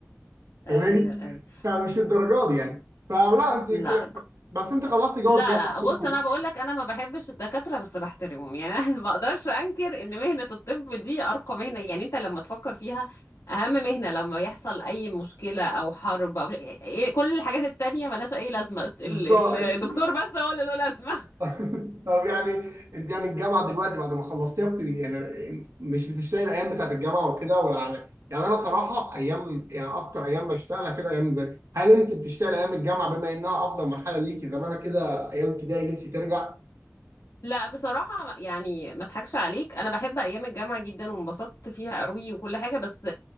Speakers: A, on the left; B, on the right.
A: ايوه
B: فاهماني
A: ايوه
B: فمش الدرجات دي يعني فلا انت
A: لا
B: كده بس انت خلصت جوه
A: لا
B: الجامعه
A: لا
B: كده
A: بص انا بقول لك انا ما بحبش الدكاتره بس بحترمهم يعني انا <laughs> ما اقدرش انكر ان مهنه الطب دي ارقى مهنه يعني انت لما تفكر فيها اهم مهنه لما يحصل اي مشكله او حرب او إيه- كل الحاجات التانية ملهاش اي لازمه ال-
B: بالظبط
A: ال- الدكتور بس هو اللي له لازمه <laughs>
B: <laughs> طب يعني انت يعني الجامعه دلوقتي بعد ما خلصتيها بت... يعني مش بتشتغل الايام بتاعت الجامعه وكده ولا على يعني انا صراحه ايام يعني اكتر ايام بشتغلها كده ايام الب- هل انت بتشتغل ايام الجامعه بما انها افضل مرحله ليكي زي ما انا كده ايام ابتدائي نفسي ترجع
A: لا بصراحه يعني ما اضحكش عليك انا بحب ايام الجامعه جدا وانبسطت فيها قوي وكل حاجه بس